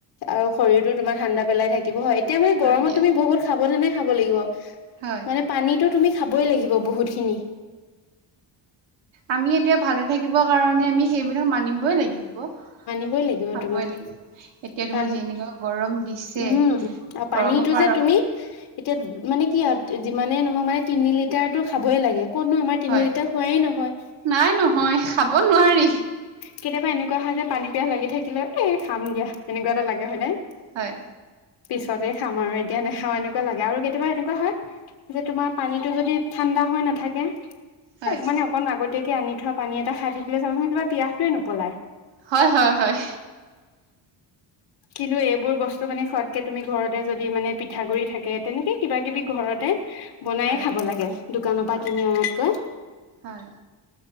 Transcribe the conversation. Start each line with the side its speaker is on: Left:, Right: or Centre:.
Left: আৰু শৰীৰতো তোমাৰ ঠাণ্ডা পেলাই থাকিব হয় এতিয়া মানে
Right: হয়
Left: গৰমত
Right: দিয়া
Left: তুমি বহুত সাৱধানে খাব লাগিব
Right: হয়।
Left: মানে পানীতটো তুমি খাবই লাগিব বহুতখিনি
Right: আমি এতিয়া ভালে থাকিব কাৰণে আমি সেইবিলাক মানিবই লাগিব
Left: ই লাগিব
Right: খাবই
Left: তোমাৰ
Right: লাগিব। এতিয়া তোমাৰ
Left: কাৰণ
Right: যেনেকুৱা গৰম দিছে,
Left: উম আৰু পানীটো
Right: গৰমৰ পৰা
Left: যে তুমি
Right: ৰ
Left: এতিয়া মানে কি আৰু যিমানে নহওক মানে তিনি লিটাৰতো খাবই লাগে কোনো আমাৰ তিনি
Right: হয়,
Left: লিটাৰ হোৱাই নহয়
Right: নাই নহয় খাব নোৱাৰি
Left: কেতিয়াবা এনেকুৱা হয় যে পানী পিয়াহ লাগি থাকিলেও এ খাম দিয়া এনেকুৱা এটা লাগে হয় নাই
Right: হয়,
Left: পিছতে খাম আৰু এতিয়া নাখাওঁ এনেকুৱা লাগে আৰু কেতিয়াবা এনেকুৱা হয় যে তোমাৰ পানীতটো যদি ঠাণ্ডা া হৈ নাথাকে
Right: হয়,
Left: মানে অকণ আগতীয়াকে আনি থোৱা পানী এটা খাই থাকিলে চাবচোন কিবা পিয়াহটোৱে নপলায়
Right: হয় হয় হয়
Left: কিন্তু এইবোৰ বস্তু মানে খোৱাতকে তুমি ঘৰতে যদি মানে পিঠাগ গুৰি থাকে তেনেকে কিবা কিবি ঘৰতে বনায়ে
Right: হয়,
Left: খাব
Right: হয়,
Left: লাগে দোকানৰ পৰা
Right: হয়,
Left: কিনি অনাতকৈ
Right: হয়।